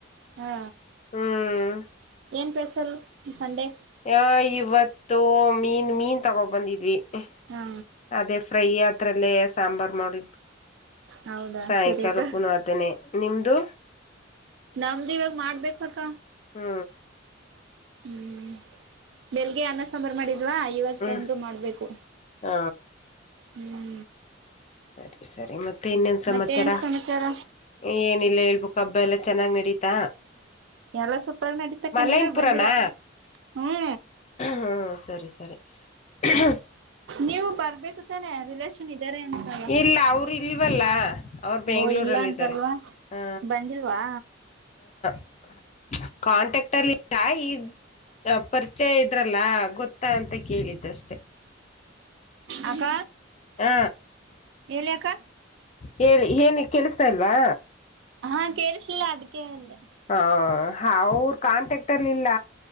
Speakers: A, on the right; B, on the left.
A: ಹಾ
B: ಹ್ಮ್
A: ಏನ್ ಪೇಸಲ್ ಈ ಸಂಡೆ
B: ಯ ಇವತ್ತು ಮೀನ್ ಮೀನ್ ತಗೋ ಬಂದಿದ್ವಿ. ಹ್ಮ್
A: ಹಾ
B: ಅದೇ ಫ್ರೈ ಅದ್ರಲ್ಲೇ ಸಾಂಬಾರ್ ಮಾಡ್ವಿಕು.
A: ಹೌದಾ
B: ಸಾಯಂಕಾಲಕ್ಕುನೂ
A: ಸರಿ ಅಕ್ಕ
B: ಅದನೇ ನಿಮ್ದು.
A: ನಮ್ದು ಇವಾಗ ಮಾಡ್ಬೇಕಕ್ಕ.
B: ಹ್ಮ
A: ಹ್ಮ ಬೆಳಗ್ಗೆ ಅನ್ನ ಸಾಂಬಾರ್ ಮಾಡಿದ್ ಲ್ವಾ ಇವತ್ತು
B: ಹ್ಮ್
A: ತಂದ್ರು ಮಾಡ್ಬೇಕು
B: ಹಾ
A: ಹ್ಮ
B: <unintelligible> ಸರಿ ಮತ್ತೆ ಇನ್ನೆನ್ ಸಮಾಚಾರ
A: ಮತ್ತೆ ಏನ್ ಸಮಾಚಾರ
B: ಏನಿಲ್ಲ ಹೇಳ್ಬೇಕ ಹಬ್ಬ ಎಲ್ಲಾ ಚೆನ್ನಾಗ್ ನಡೀತಾ.
A: ಎಲ್ಲ ಸುಪರ್ ನಡೀತಕ್ಕ
B: ಮಲಯನ್ಪುರನಾ
A: ನೀವೇ ಬಂದಿಲ್ಲ ಹ್ಮು
B: ಹ್ಮ ಸರಿ ಸರಿ <unintelligible>
A: ನೀವು ಬರ್ಬೇಕು ತಾನೆ ರಿಲೇಶನ್ ಇದಾರೆ ಅನ್ಸಲ್ಲ
B: ಇಲ್ಲ ಅವರು ಇಲ್ವಲ್ಲ ಅವ್ರು ಬೆಂಗ್ಳೂರಲ್ಲಿ
A: ಓ ಇಲ್ಲ ಅನ್ಸಲ್ವಾ
B: ಇದ್ದಾರೆ ಹ
A: ಬಂದಿಲ್ವಾ
B: <unintelligible> ಕಾಂಟ್ಯಾಕ್ಟ್ ಅಲ್ಲಿಲ್ಲ ಈ ಪರಿಚಯ ಇದ್ರಲ್ಲ ಗೊತ್ತಾ ಅಂತ ಕೇಳಿದಷ್ಟೇ.
A: ಹ ಅಕ್ಕ
B: ಹ
A: ಹೇಳಿ ಅಕ್ಕ
B: ಹೇಳಿ ಏನ ಕೇಳುಸ್ತಾ ಇಲ್ವಾ.
A: ಹಾ ಕೇಳಿಸಲಿಲ್ಲ ಅದಕ್ಕೆೇ ಅಂದೆ
B: ಹಾ ಹ ಅವರು ಕಾಂಟ್ಯಾಕ್ಟಲ್ಲಿ ಇಲ್ಲ